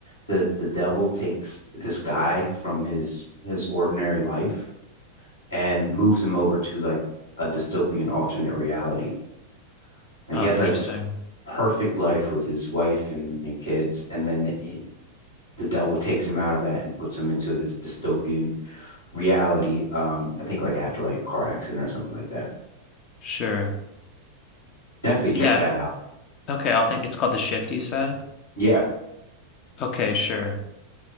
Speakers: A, on the left (about 80°); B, on the left (about 35°).
A: the the devil takes this guy from his his ordinary life and moves him over to like a dystopian alternate reality. And
B: Oh,
A: he had
B: interesting.
A: like this perfect life with his wife and, and kids, and then the, he- the devil takes him out of that and puts him into this dystopian reality. Um, I think like after like a car accident or something like that.
B: Sure.
A: Definitely
B: Yeah.
A: check that out.
B: Okay, I'll think it's called the shift you said.
A: Yeah,
B: Okay, sure.